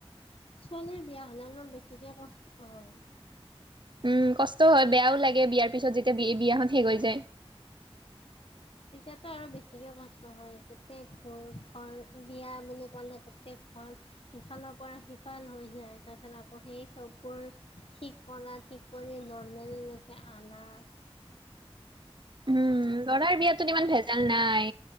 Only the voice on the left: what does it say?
ছোৱালীৰ বিয়া হ'লে অলপ বেছিকৈ কষ্ট হয়।
তেতিয়াতো আৰু বেছিকে কষ্ট হয়, গোটেই ঘৰ ঘৰ বিয়া বুলি ক'লে গোটেই ঘৰ সিফালৰ পৰা সিফাল হৈ যায় তাৰপছত আকৌ সেই চববোৰ ঠিক কৰা ঠিক কৰি নৰ্মেলকে আনা